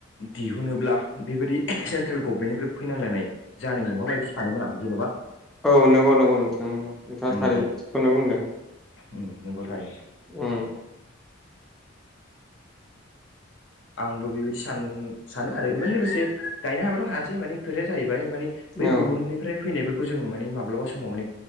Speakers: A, on the left; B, in the centre.
A: दिहुनोब्ला बेबादि सेन्ट्रेल गभमेन्टनिफ्राय फैनांलायनाय जानाय नङा बायदि सानोमोन आं जेन'बा
B: औ नंगौ नंगौ नोंथां नंगौ नोंथाङा
A: उम
B: थारिखौनो
A: उम
B: बुंदों।
A: उम नंगौ थारैनो।
B: उम
A: आंबो बेबायदि सान सानो आरो ओमफाय लोगोसे <unintelligible> हायासै मानि खोथाया जाहै बाय माने बै
B: औ
A: गुबुननिफ्राय फैनाय जों माने माब्लाबा समाव माने